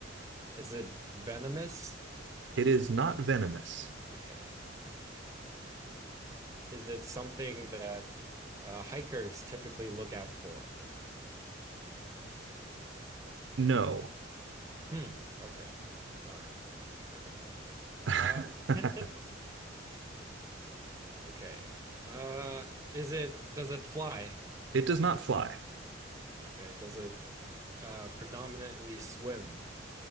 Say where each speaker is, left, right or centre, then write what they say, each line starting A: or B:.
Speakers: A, on the right; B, on the right.
A: Is it venomous?
B: It is not venomous.
A: Okay. Is it something that uh, hikers typically look out for?
B: No,
A: Hmm. Okay. Darn. There goes my line of thought.
B: <laughs>
A: Uh,
B: it
A: <laughs> okay. Uh, is it, does it fly?
B: does not fly.
A: Okay. Does it uh, predominantly swim?